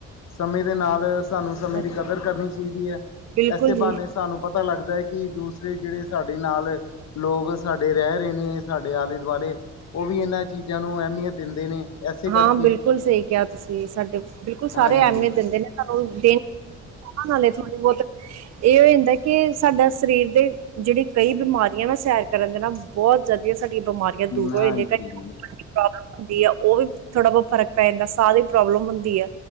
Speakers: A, on the left; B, on the right.
A: ਸਮੇਂ ਦੇ ਨਾਲ ਸਾਨੂੰ ਸਮੇਂ
B: ਹਾਂਜੀ
A: ਦੀ ਕਦਰ ਕਰਨੀ ਚਾਹੀਦੀ ਹੈ
B: ਬਿਲਕੁਲ
A: ਏਸੇ
B: ਜੀ
A: ਬਹਾਨੇ ਸਾਨੂੰ ਪਤਾ ਲੱਗਦਾ ਹੈ ਕਿ ਦੂਸਰੇ ਜਿਹੜੇ ਸਾਡੇ ਨਾਲ ਲੋਕ ਸਾਡੇ ਰਹਿ ਰਹੇ ਨੇ ਸਾਡੇ ਆਲੇ ਦੁਆਲੇ ਉਹ ਵੀ ਇਹਨਾਂ ਚੀਜ਼ਾਂ ਨੂੰ ਅਹਿਮੀਅਤ ਦਿੰਦੇ ਨੇ ਇਸੇ ਕਰਕੇ
B: ਹਾਂ ਬਿਲਕੁਲ ਸਹੀ ਕਿਹਾ ਤੁਸੀਂ ਸਾਡੇ ਬਿਲਕੁਲ ਸਾਰੇ
A: ਹਾਂਜੀ
B: ਅਹਿਮੀਅਤ ਦਿੰਦੇ ਨੇ ਹਰ ਰੋਜ਼ ਦੇਣ ਉਹ ਨਾਲੇ ਥੋੜੀ ਬਹੁਤ ਇਹ ਹੋ ਜਾਂਦਾ ਕਿ ਸਾਡਾ ਸਰੀਰ ਦੇ ਜਿਹੜੀ ਕਈ ਬਿਮਾਰੀਆਂ ਨਾ ਸੈਰ ਕਰਨ ਦੇ ਨਾਲ ਬਹੁਤ ਜ਼ਿਆਦੀਆ ਸਾਡੀਆਂ ਬਿਮਾਰੀਆਂ ਦੂਰ
A: ਹਾਂਜੀ
B: ਇਨਜੈ ਘਟਦੀਆ ਪ੍ਰੌਬਲਮ ਹੁੰਦੀ ਹੈ ਉਹ ਵੀ ਥੋੜਾ ਬਹੁਤ ਫਰਕ ਪੈ ਜਾਂਦਾ ਸਾਹ ਦੀ ਪ੍ਰੋਬਲਮ ਹੁੰਦੀ ਹੈ